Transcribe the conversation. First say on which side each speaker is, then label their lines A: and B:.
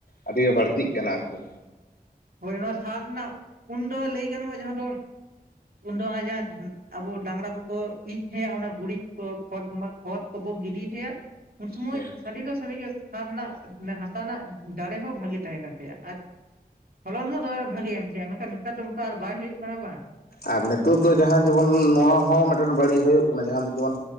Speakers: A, on the left; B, on the right.
A: ᱟᱹᱰᱤᱜᱮ ᱵᱟᱹᱲᱛᱤᱜ ᱠᱟᱱᱟ ᱟᱨᱠᱤ,
B: ᱦᱳᱭ ᱱᱚᱣᱟ ᱥᱟᱨ ᱱᱟᱜ ᱩᱱ ᱫᱚ ᱞᱟᱹᱭ ᱜᱟᱱᱚᱜᱼᱟ ᱡᱟᱦᱟᱸ ᱫᱚ, <unintelligible> ᱟᱵᱚ ᱰᱟᱝᱨᱟ ᱠᱚᱠᱚ ᱤᱡ ᱛᱟᱦᱮᱸᱼᱟ ᱚᱱᱟ ᱜᱩᱨᱤᱡ ᱠᱚ ᱠᱷᱚᱛ ᱢᱟ ᱠᱷᱚᱛ ᱠᱚᱵᱚᱠ ᱜᱤᱰᱤ ᱴᱷᱮᱭᱟᱜ ᱩᱱ ᱥᱚᱢᱚᱭ
A: ᱦᱮᱸ
B: ᱥᱟᱹᱨᱤ ᱫᱚ ᱥᱟᱹᱨᱤᱜᱮ ᱥᱟᱨ ᱨᱮᱱᱟᱜ ᱦᱟᱥᱟ ᱨᱮᱱᱟᱜ ᱫᱟᱲᱮ ᱦᱚᱸ ᱵᱷᱟᱜᱮ ᱛᱟᱦᱮᱸ ᱠᱟᱱ ᱛᱟᱭᱟ ᱟᱨ ᱯᱷᱚᱞᱚᱱ ᱦᱚᱸ ᱫᱚᱢᱮ ᱵᱷᱟᱜᱮ ᱮᱢ ᱛᱟᱦᱮᱸᱜᱼᱟ ᱢᱮᱱᱠᱷᱟᱱ ᱱᱮᱛᱟᱨ ᱫᱚ ᱚᱱᱠᱟ ᱵᱟᱭ ᱦᱩᱭᱩᱜ ᱠᱟᱱᱟ ᱵᱟᱝ-
A: ᱟᱨ ᱱᱤᱛᱚᱜ ᱫᱚ ᱡᱟᱦᱟᱸ ᱡᱮᱢᱚᱱ ᱱᱚᱣᱟ ᱦᱚᱸ ᱢᱤᱫᱴᱮᱱ ᱵᱟᱹᱲᱤᱡ ᱦᱳᱭᱳᱜ ᱠᱟᱱᱟ ᱡᱟᱦᱟᱸ ᱫᱚ ᱡᱮᱢᱚᱱ